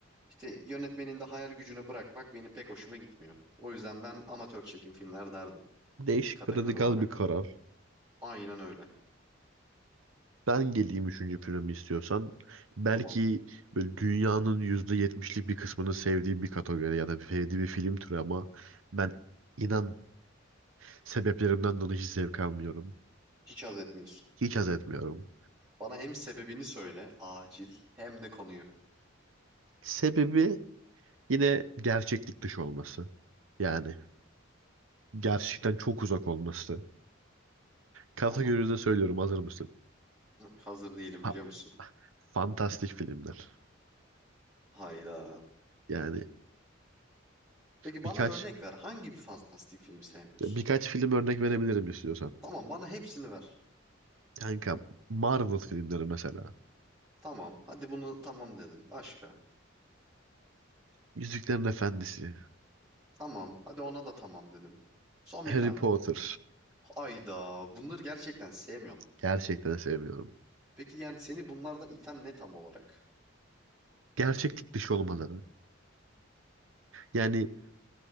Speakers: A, on the right; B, on the right.
A: işte yönetmenin de hayal gücüne bırakmak benim pek hoşuma gitmiyor. O yüzden ben amatör çekim filmler derdim
B: Değişik
A: kategori
B: ve radikal
A: olarak.
B: bir karar.
A: Aynen öyle.
B: Ben geleyim üçüncü filmi istiyorsan. Belki
A: Tamam.
B: böyle dünyanın yüzde yetmişlik bir kısmını sevdiği bir kategori ya da sevdiği bir film türü ama ben inan sebeplerimden dolayı hiç zevk almıyorum.
A: Hiç haz etmiyorsun.
B: Hiç haz etmiyorum.
A: Bana hem sebebini söyle acil hem de konuyu.
B: Sebebi yine gerçeklik dışı olması. Yani. gerçekten çok uzak olması. Kategoride
A: Tamam.
B: söylüyorum hazır mısın?
A: Hazır değilim
B: Ha,
A: biliyor musun?
B: fantastik filmler.
A: Hayda.
B: Yani
A: Peki bana
B: birkaç
A: örnek ver. Hangi bir fantastik filmi sevmiyorsun?
B: birkaç film örnek verebilirim istiyorsan.
A: Tamam bana hepsini ver.
B: Kanka Marvel filmleri mesela.
A: Tamam. Hadi bunu tamam dedim. Başka.
B: Yüzüklerin Efendisi,
A: Tamam. Hadi ona da tamam dedim. Son
B: Harry
A: bir tane.
B: Potter.
A: Hayda. Bunları gerçekten sevmiyor mu?
B: Gerçekten sevmiyorum.
A: Peki yani seni bunlardan iten ne tam olarak?
B: Gerçeklik dışı olmaları. Yani